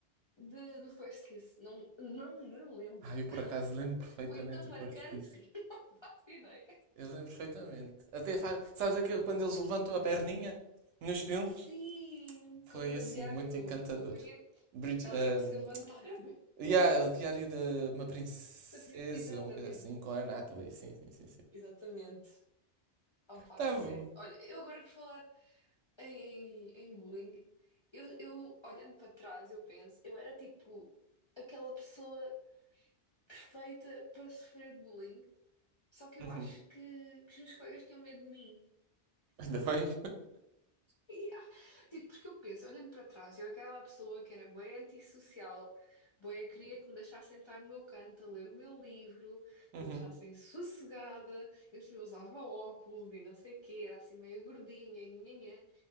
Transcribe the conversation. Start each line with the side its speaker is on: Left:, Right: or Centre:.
Left: de, do First Kiss. Não, não me lembro.
Right: Ah, eu por
Left: <laughs>
Right: acaso lembro perfeitamente
Left: Foi tão marcante
Right: do First Kiss.
Left: que <laughs> não faço ideia.
Right: Eu lembro perfeitamente. Até faz... Sabes aquele quando eles levantam a perninha nos filmes?
Left: Sim,
Right: Foi
Left: como no
Right: assim,
Left: diário.
Right: muito encantador.
Left: Como é que é? Que
Right: Brid...
Left: Ela
Right: ahm,
Left: não conseguiu levantar a perna.
Right: yeah, é o Diário de uma Princesa,
Left: <laughs> Exatamente,
Right: uma coisa assim, com a Anne Hathaway. Sim, sim, sim, sim.
Left: exatamente. Opa,
Right: Tá
Left: sério.
Right: bom.
Left: Olha, eu agora por falar em, em bullying, eu, eu olhando para trás, eu penso, eu era tipo aquela pessoa perfeita para sofrer de bullying, só que
Right: Uhum.
Left: eu acho que, que os meus colegas tinham medo de mim.
Right: Ainda bem.
Left: Yeah. Tipo, porque eu penso, olhando para trás, eu aquela pessoa que era bem antissocial, bem, eu queria que me deixassem estar no meu canto a ler o meu livro, que
Right: <laughs> uhum.
Left: me deixassem sossegada, eu eu usava óculos e não sei o quê, era assim meio gordinha, nhanhanhã.